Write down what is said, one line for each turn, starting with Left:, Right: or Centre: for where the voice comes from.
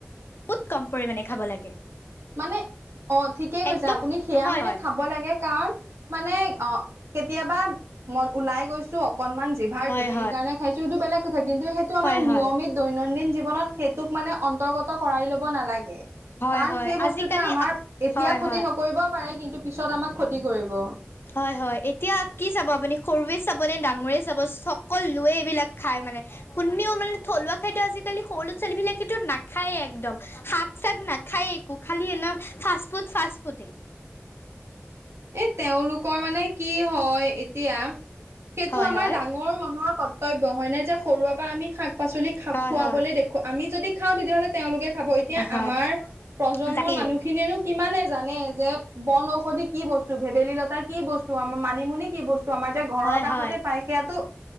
Left: হুত কম পৰিমাণে খাব লাগে।
Right: মানে অ' ঠিকে কৈছে
Left: একদম
Right: আপুনি সেয়া
Left: হয়
Right: মানে
Left: হয়
Right: খাব লাগে কাৱণ মানে অ' কেতিয়াবা মন, ওলাই গৈছোঁ অ কনমান জিভাৰ
Left: হয়
Right: জুতিৰ
Left: হয়
Right: কাৰণে খাইছোঁ হেটো বেলেগ কথা কিন্তু হেটো আমাৰ
Left: হয়
Right: নিয়মিত
Left: হয়
Right: দৈনন্দিন জীৱনত সেইটোক মানে অন্তৰ্গত কৰাই ল'ব নালাগে।
Left: হয়,
Right: কাৰণ
Left: হয়।
Right: সেই বস্তুটোৱে
Left: আজিকালি
Right: আমাৰ
Left: আপ
Right: এতিয়া
Left: হয়
Right: ক্ষতি
Left: হয়
Right: নকৰিব পাৰে কিন্তু পিছত আমাক ক্ষতি কৰিব।
Left: হয়, হয়। এতিয়া কি চাব আপুনি সৰুৱে চাব নে ডাঙৰে চাব চকলোৱে এইবিলাক খাই মানে কোনেও মানে থলুৱা খাদ্য আজি কালি সৰু ল'ৰা ছোৱালীবিলাকেতো নাখায়েই একদম। শাক চাক নাখায়ে একো খালি <unintelligible> ফাষ্ট পুট ফাষ্ট পুটে।
Right: এই তেওঁলোকৰ মানে কি হয় এতিয়া সেটো
Left: হয়
Right: আমাৰ
Left: হয়
Right: ডাঙৰ মনুৱৰ কত তব্য হয়নে যে সৰুৰে পৰা আমি শাক পাচলি খা,
Left: হয়
Right: খুৱাবলৈ
Left: হয়
Right: দেখোঁ, আমি যদি খাওঁ তেতিয়াহ'লে তেওঁলোকে খাব এতিয়া
Left: হয় হয়
Right: আমাৰ প্ৰজন্মৰ
Left: তাকেই
Right: মানুহখিনিয়েনো কিমানে জানে যে, বন ঔষধি কি বস্তু? ভেবেলীলতা কি বচ টো আমাৰ মানিমুনি কি বস্তু আমাৰ যে ঘৰৰ
Left: হয়
Right: কাষতে
Left: হয়
Right: পায় সেইয়াতো